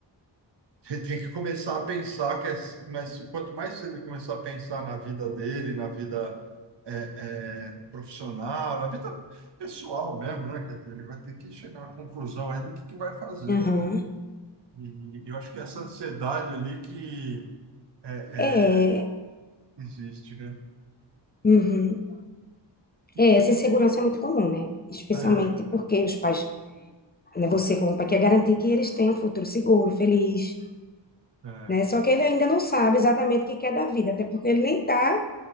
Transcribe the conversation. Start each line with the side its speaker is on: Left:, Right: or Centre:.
Right: <laughs> ele tem que começar a pensar que é, mas quanto mais cedo ele começar a pensar na vida dele, na vida é, é, profissional, na vida pessoal mesmo, né? Quer dizer, ele vai ter que chegar à conclusão aí do que que vai fazer.
Left: Aham.
Right: E eu acho que essa ansiedade ali que é,
Left: É,
Right: é, existe, né?
Left: uhum. É,
Right: E também
Left: essa insegurança é muito comum, né? Especialmente
Right: É,
Left: porque os pais, né, você como pai quer garantir que eles tenham um futuro seguro, feliz,
Right: é.
Left: né? Só que ele ainda não sabe exatamente o que quer da vida, até porque ele nem tá